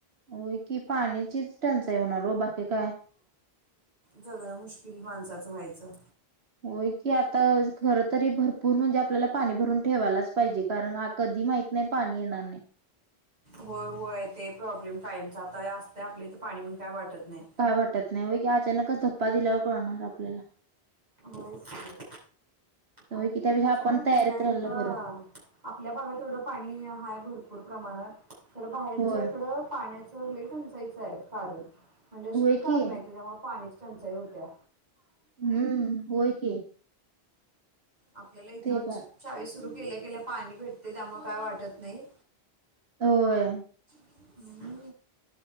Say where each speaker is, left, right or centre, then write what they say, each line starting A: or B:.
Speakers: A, on the right; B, on the right.
A: होय की, पाण्याचीच टंचाई होणार हो. बाकी काय
B: जगणं मुश्किल माणसाचं, व्हायचं.
A: होय की, आता खर तरी भरपूर म्हणजे, आपल्याला पाणी भरून ठेवायलाच पाहिजे. कारण कधी माहिती नाही पाणी येणार नाही.
B: होय होय, ते प्रॉब्लेम कायमचा आता असते. आपल्या ईथ पाणी म्हणून काय वाटत नाही.
A: काय वाटत नाही. होय की, अचानकच ध्पा दिल्यावर कळणार आपल्याला.
B: होयच की
A: होय
B: आणि
A: की त्यापेक्षा
B: तो
A: आपण
B: सांगितता
A: तयारीत राहिलं बरं
B: <inaudible> आपल्या भागात एवढं पाणी हाय भरपूर प्रमाणात. तर बाहेरच्या
A: होय
B: इकड पाण्या टंचाइच आहे. कारण म्हणजे अशी
A: होय
B: लय कारणंय
A: की
B: त्याच्यामुळे पाणी टंचाई होत्या.
A: हम्म. होय की.
B: आपल्याला इथं
A: ते पण
B: चावी सुरू केल्या केल्या पाणी भेटते. त्यामुळे काय वाटत नाही.
A: होय.
B: हम्म <unintelligible>